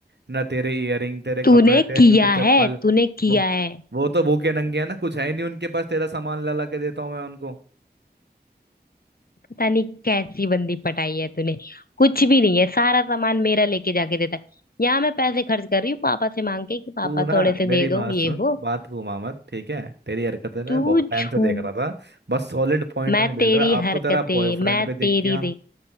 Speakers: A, on the right; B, on the left.
A: ना तेरे इयररिंग तेरे
B: तूने
A: कपड़े तेरे
B: किया
A: जूते चप्पल
B: है तूने किया
A: वो
B: है
A: वो तो भूखे नंगे हैं ना कुछ है ही नहीं उनके पास तेरा सामान ला ला के देता हूँ मैं उनको
B: पता नहीं कैसी बंदी पटाई है तूने कुछ भी नहीं है सारा सामान मेरा लेके जाके देता है यहाँ मैं पैसे खर्च कर रही हूँ पापा से मांग के कि पापा
A: तू ना
B: थोड़े
A: मेरी
B: से दे दो
A: बात
B: ये
A: सुन
B: वो
A: बात घुमा मत ठीक है तेरी हरकतें मैं
B: तू
A: बहुत
B: झू
A: टाइम से देख रहा था बस सॉलिड पॉइंट
B: मैं
A: नहीं मिल
B: तेरी
A: रहा अब
B: हरकतें
A: तो तेरा बॉयफ्रेंड
B: मैं
A: भी
B: तेरी
A: दिख गया